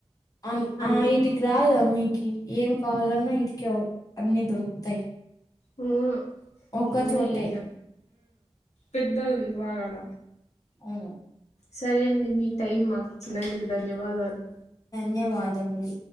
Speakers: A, on the left; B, on the left.
A: అ
B: అన్నీ
A: ఆ వీటికి రాలా మీకి ఏం కావాలన్నా ఇటికే అన్నిీ దొరుకుతాయి
B: మవును
A: ఒక్క
B: ఎంది
A: చోటే
B: ఈడ పెద్దల్ వివాహాల
A: అవు
B: సరే అండి మీ టైం మాకు ఇచ్చినందుకు ధన్యవాదాలు
A: న్యవాదములు